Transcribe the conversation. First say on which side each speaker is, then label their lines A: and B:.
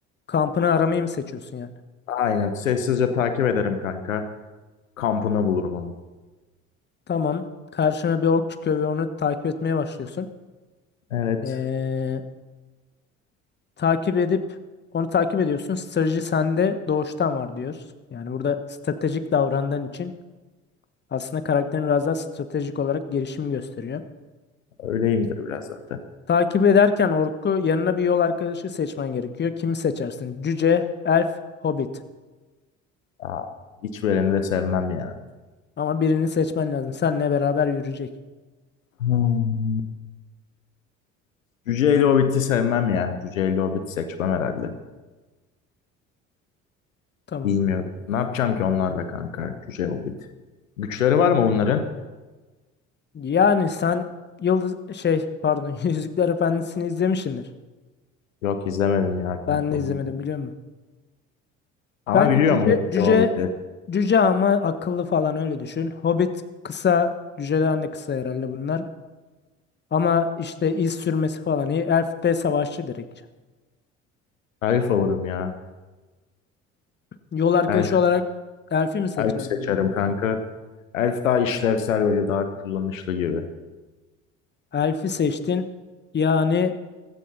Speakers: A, on the left (about 25°); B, on the left (about 80°).
A: kampını aramayı mı seçiyorsun yani?
B: Aynen. Sessizce takip ederim kanka. Kampına bulurum onu.
A: Tamam. Karşına bir ork çıkıyor ve onu takip etmeye başlıyorsun.
B: Evet.
A: Ee, takip edip onu takip ediyorsun. Strateji sende doğuştan var diyoruz. Yani burada stratejik davrandığın için aslında karakterin biraz daha stratejik olarak gelişimi gösteriyor.
B: Öyleyimdir biraz zaten.
A: Takip ederken orku yanına bir yol arkadaşı seçmen gerekiyor. Kimi seçersin? Cüce, elf, hobbit.
B: Aa, hiç vereni de sevmem ya.
A: Ama birini seçmen lazım. Seninle beraber yürüyecek.
B: Hmm. Cüce ile Hobbit'i sevmem ya. Cüce ile Hobbit'i seçmem herhalde.
A: Tamam.
B: Bilmiyorum. Ne yapacağım ki onlarla kanka? Cüce Hobbit. Güçleri var mı bunların?
A: Yani sen Yıldız şey pardon <laughs> Yüzükler Efendisi'ni izlemişsindir.
B: Yok izlemedim ya kanka
A: Ben de
B: onu.
A: izlemedim biliyor musun?
B: Ama
A: Kanki
B: biliyorum
A: cüce
B: Hobbit'i
A: cüce
B: Hobbit'i.
A: cüce ama akıllı falan öyle düşün. Hobbit kısa cüceden de kısa herhalde bunlar. Ama işte iz sürmesi falan iyi. Elf de savaşçı direkt.
B: Elf olurum ya.
A: Yol arkadaşı
B: Elf,
A: olarak Elf'i mi seçerdin
B: elf seçerim
A: bu durumda?
B: kanka. Elf daha işlevsel böyle daha kullanışlı gibi.
A: Elf'i seçtin. Yani